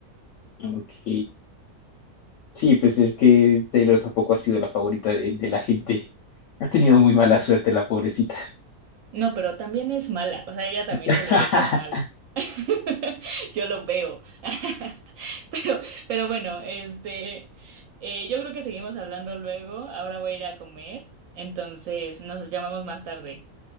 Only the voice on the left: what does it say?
Ok. Sí, pues es que Taylor tampoco ha sido la favorita de, de la gente. Ha tenido muy mala suerte la pobrecita.
<laughs>